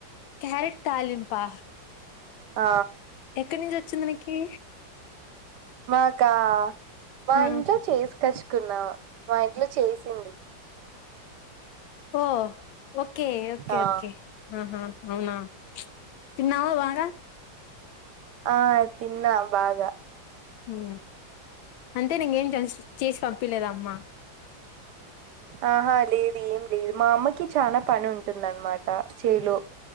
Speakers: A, on the left; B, on the right.
A: క్యారెట్ తాలింపా
B: ఆ
A: ఎక్క నించ్చి వచ్చిందినీకి
B: మాకా మా
A: ఆ
B: ఇంట్లో చేసి కచ్చుకున్నావా మా ఇం అట్లా చేసింది
A: ఓ ఓకే ఓకే
B: ఆ
A: ఓకే అహా అవునా తిన్నావా బాగా
B: ఆ తిన్నా బాగా
A: ఉ అంతేన ఇంగేం చేస్ చేసి పంపిలేద అమ్మ
B: ఆహా లేదు ఏం లేదు మా అమ్మకి చనా పని ఉంటుంది అన్మట చేలు